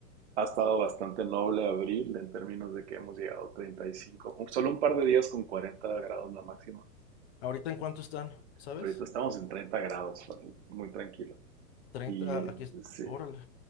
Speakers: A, on the right; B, on the left.
A: ha estado bastante noble abril en términos de que hemos llegado a 35, un- solo un par de días con 40 grados la máxima.
B: ¿Ahorita en cuánto están? ¿Sabes?
A: Ahorita estamos en 30 grados, fácil, muy tranquilo.
B: 30,
A: Y eh,
B: aquí, es-
A: sí,
B: órale,